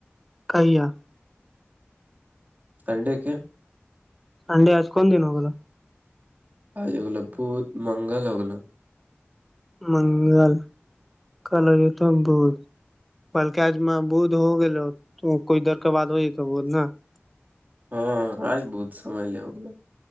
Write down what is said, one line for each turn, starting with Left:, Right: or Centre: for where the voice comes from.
Centre: کئییا
Right: تڈ کیا
Centre: ہڈ ہچکن دن ہوگا
Right: آج ہوگو بت منگل ہوگلو
Centre: <inaudible> <inaudible>
Right: ہاں آج بہت سمجھ لے ہوگا